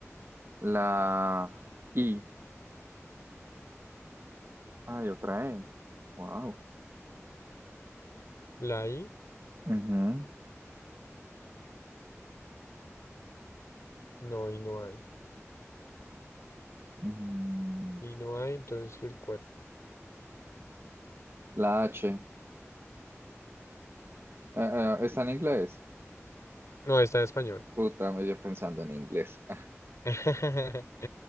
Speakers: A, on the right; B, on the left.
A: la I. Hay otra E. Wow.
B: La I,
A: Ujú.
B: no, y no hay.
A: Mm,
B: Y no hay, entonces el cuerpo.
A: La H. Eh, eh, ¿está en inglés?
B: No, está en español.
A: Puta, me yo pensando en inglés. <laughs>
B: <laughs>